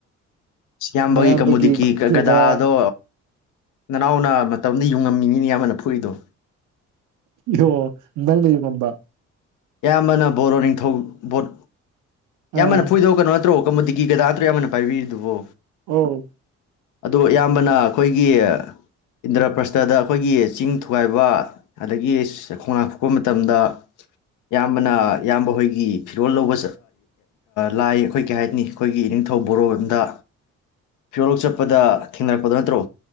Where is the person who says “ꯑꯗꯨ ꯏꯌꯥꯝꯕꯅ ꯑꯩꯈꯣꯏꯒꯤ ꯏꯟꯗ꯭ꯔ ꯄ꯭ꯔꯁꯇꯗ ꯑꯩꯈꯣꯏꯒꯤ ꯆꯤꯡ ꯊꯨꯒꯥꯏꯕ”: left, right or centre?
Left